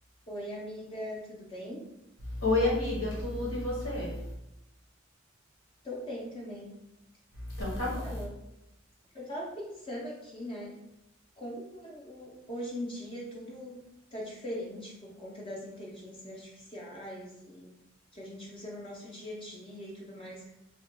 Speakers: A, on the left (about 25°); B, on the left (about 80°).
A: Oi, amiga, tudo bem?
B: Oi, amiga, tudo e você?
A: Tô bem também.
B: Então tá
A: Então,
B: bom.
A: eu tava pensando aqui, né, como o- hoje em dia tudo tá diferente por conta das inteligências artificiais e que a gente usa no nosso dia a dia e tudo mais.